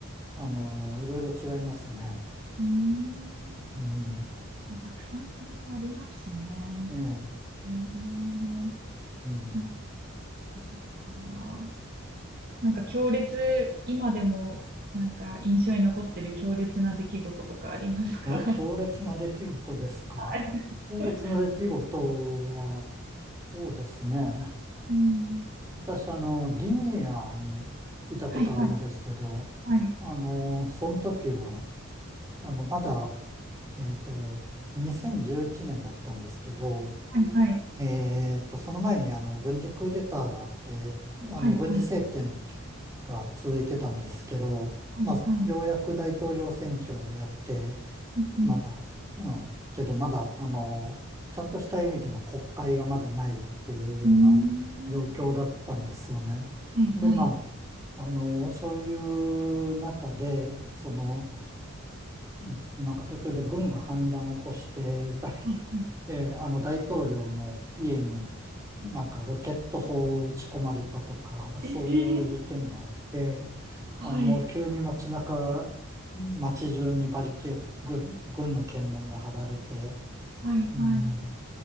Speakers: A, on the right; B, on the right.
A: あのーいろいろ違いますね。
B: うーん。
A: うん。
B: まあたくさん国もありますしね。
A: ええ
B: えー、
A: うん。
B: なんか、そっかそっか。なんか強烈、今でも、なんか印象に残ってる強烈な出来事とかありますか
A: え、強烈な出来事ですか
B: <laughs> はい。
A: 強烈な出来事は、そうですね。
B: うん。
A: 私、あの、ギニアにいたことあるんですけど、
B: はいはい。はい。
A: あの、その時は、あの、まだ、えっと、2011年だったんですけど、
B: はいはい。
A: えっと、その前に、あの、軍事クーデターがあって、あの、
B: はいはい。
A: 軍事政権が続いてたんですけど、
B: はいはい。
A: まあ、ようやく大統領選挙をやって、
B: うんうん。
A: まだ、うん、けどまだ、あの、ちゃんとした意味での国会がまだないというような状況だったんですよね。
B: うーん。はいはい。
A: で、まあ、あの、そういう中で、その、うん、なんか途中で軍が反乱を起こして、<laughs> 大統、
B: はいうん。
A: えーあの大統領の家になんかロケット砲を撃ち込まれたとか、そういう事件があって、
B: えー、はい
A: あ、もう急に街中、街中にバリケード、軍、軍の検問が張られて、
B: はいはい。
A: うん、